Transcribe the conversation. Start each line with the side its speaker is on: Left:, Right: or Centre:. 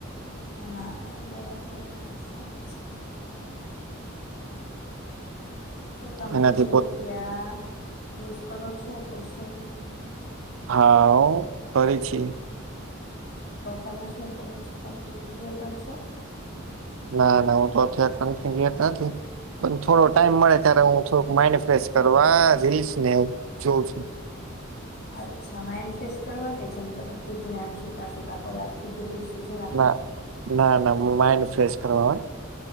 Left: હા એ વાત તો તમારી સાચ છે. તો તમે
Right: એનાથી
Left: સોશિયલ
Right: પો
Left: મીડિયા યુઝ કરો છો કે શું
Right: હા કરી છે
Left: તો તમે શું કરો છો. છો
Right: ના ના હું તો ગ નથી પણ થોડો ટાઈમ મળે ત્યારે હું થોડક માઈન્ડ ફેશ કરવા રીલસ ને હું જોઉં છું.
Left: અચ્છા માઇન્ડ ફ્રેશ કરવા કે છેમ તમે કીધું એમ સુતા સુતાા કલાક સુધી રહીશું
Right: ના ના ના માઇન્ડ ફ્રેશ કરવા